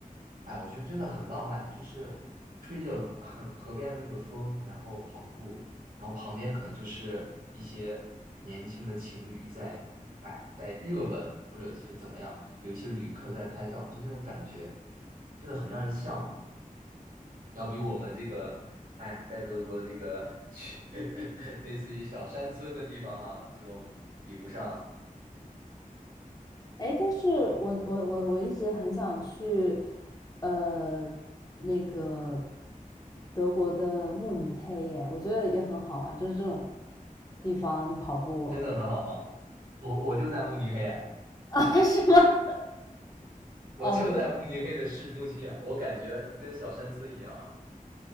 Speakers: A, on the right; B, on the left.
A: 哎，我觉得真的很浪漫，就是吹着河河边的那个风，然后跑步，然后旁边可能就是一些年轻的情侣在，哎，在热吻或者是怎么样，有一些旅客在拍照，就那种感觉，真的很让人向往，要比我们这个，哎，在德国的这个 <laughs> 类似于小山村的地方哈，就比不上，
B: 哎，但是我我我我一直很想去，呃，那个德国的慕尼黑耶，我觉得也很好玩，就是这种地方你跑步
A: 真的很好吗？
B: <laughs>
A: 我我就在慕尼黑。
B: 啊，是吗？
A: 我就在慕尼黑的市中心，
B: 哦，就
A: 我感觉跟小山村一样啊。